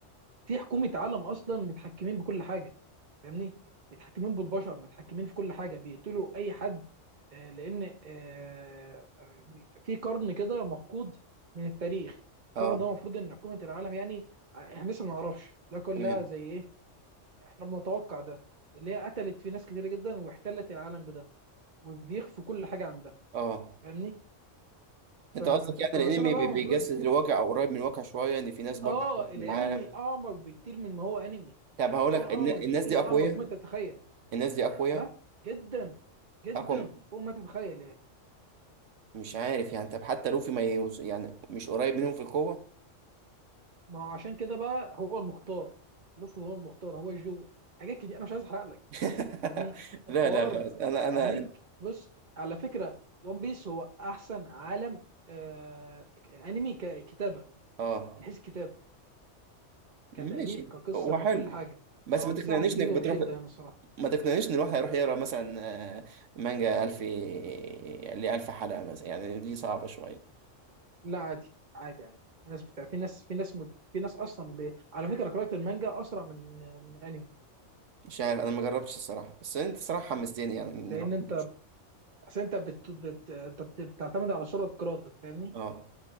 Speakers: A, on the right; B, on the right.
A: في حكومه عالم اصلا متحكمين بكل حاجه فاهمني متحكمين بالبشر متحكمين في كل حاجه بيقتلوا اي حد آه، لان آه، آه، في قرن كده مفقود من التاريخ القرن
B: اه
A: ده المفروض ان حكومه العالم يعني آه، احنا لسه ما نعرفش ده كلها
B: تمام
A: زي ايه احنا بنتوقع ده اللي هي قتلت في ناس كتير جدا واحتلت العالم بده وبيخفوا كل حاجه عن ده
B: اه
A: فاهمني
B: انت
A: فالقراصنه
B: قصدك يعني الانمي
A: بقى
B: بي-
A: المفروض
B: بيجسد الواقع او قريب من الواقع شويه ان في ناس برضه
A: اه
B: بتحكم
A: الانمي
B: العالم
A: اعمق بكتير من ما هو انمي
B: طب
A: الحوار
B: هقول لك الناس
A: اعمق بكتير
B: دي اقوياء
A: اعمق ما تتخيل
B: الناس دي اقوياء
A: ها جدا جدا
B: اقوى م-
A: فوق ما تتخيل يعني
B: مش عارف يعني طب حتى لوفي ما يوز... يعني مش قريب منهم في القوه
A: ما هو عشان كده بقى هو المختار لوفي هو المختار هو الجوبي حاجات كتير انا مش عايز احرق لك
B: <laughs>
A: فاهمني الحوار
B: لا لا خلاص انا
A: عميق
B: انا
A: بص على فكره ون بيس هو احسن عالم آه انمي ككتابه
B: اه
A: من حيث الكتابه
B: ماشي
A: كتاليف كقصه
B: هو
A: ككل
B: حلو
A: حاجه
B: بس
A: فانصحك
B: ما تقنعنيش
A: بيه
B: انك
A: وبشده
B: بتروح
A: انا الصراحه
B: ما تقنعنيش ان الواحد هيروح يقرا مثلا آه، مانجا 1000 ل 1000 حلقه مثلا يعني دي صعبه شويه
A: لا عادي عادي عادي الناس بتاع في ناس في ناس في ناس اصلا ب... على فكره قراءه المانجا اسرع من من الانمي
B: مش عارف انا ما جربتش الصراحه بس انت صراحه حمستني يعني ان
A: لان
B: الواحد
A: انت
B: يشوف.
A: اصل انت بت... بت... انت بت... بتعتمد على سرعه قراءتك فاهمني
B: اه